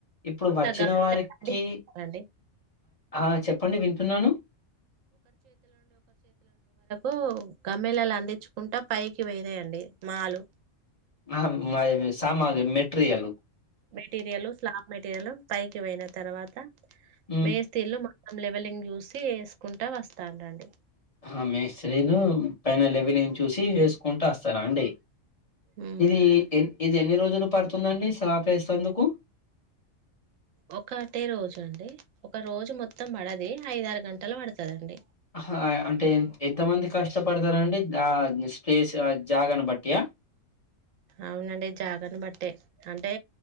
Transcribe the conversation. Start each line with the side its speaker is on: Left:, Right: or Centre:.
Left: ఇప్పుడు
Right: ఇట్లా
Left: వచ్చిన
Right: గమ్మెలా
Left: వారికి
Right: అండి
Left: ఆ చెప్పండి వింటున్నాను
Right: ఓ గమ్మ్యలాలు అందించుకుంటా పైకి పోయినాయండి మాలు
Left: ఆ సామాగ్రి మెట్రియలు
Right: మెటీరియల్ స్లాబ్ మెటీరియల్ పైకి పోయిన తర్వాత
Left: హ్మ్.
Right: మే స్ీలు ం లెవెలింగ్ చూసి వేసుకుంటా వస్తాను రండి
Left: ఆ మిస్త్రీలు పైన లెవిలిని చూసి వేసుకుంటూ వస్తారా అండి
Right: ఉమ్.
Left: ఇది ఎన్ ఇది ఎన్ని రోజులు పడుతుందండి సపేస్థాందుకు
Right: ఒకటే రోజు అండి ఒక రోజు మొత్తం పడది ఐదరు గంటలు పడుతదండి
Left: హ అంటే ఎంతమంది కష్టపడతారండి ఆ స్పేస్ జాగని బట్టియా
Right: అవునండి జాగని బట్టే అం టే